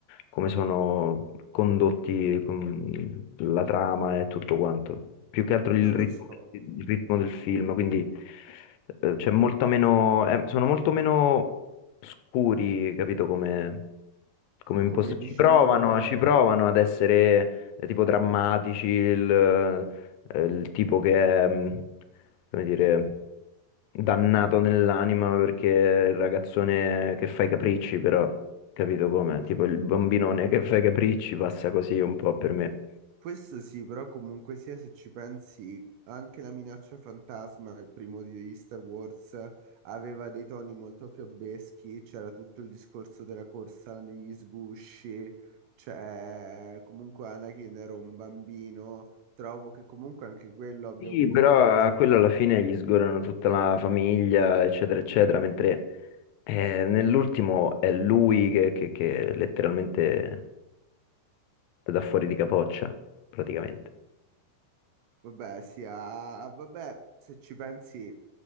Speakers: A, on the left; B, on the right.
A: come sono condotti con la trama e tutto quanto. Più che altro il
B: Non
A: ritmo,
B: lo so,
A: il ritmo del film, quindi eh, c'è molta meno... eh, sono molto meno scuri, capito come, come imposto.
B: come dici
A: Ci provano,
B: Mood.
A: ci provano ad essere eh, tipo drammatici, il, eh, il tipo che è, mh, come dire, dannato nell'anima perché è il ragazzone che fa i capricci, però, capito come? Tipo il bambinone che fa i capricci passa così un po' per me.
B: Questo sì, però comunque sia se ci pensi, anche la minaccia fantasma, il primo di Star Wars, aveva dei toni molto fiabeschi, c'era tutto il discorso della corsa negli sgusci, cioè comunque Anakin era un bambino, trovo che comunque anche quello abbia
A: Sì,
B: avuto,
A: però
B: cioè,
A: a quello alla fine gli sgorano tutta la famiglia, eccetera, eccetera, mentre... Eh, nell'ultimo è lui che, che- che letteralmente te dà fuori di capoccia, praticamente.
B: vabbè, sia, vabbè, se ci pensi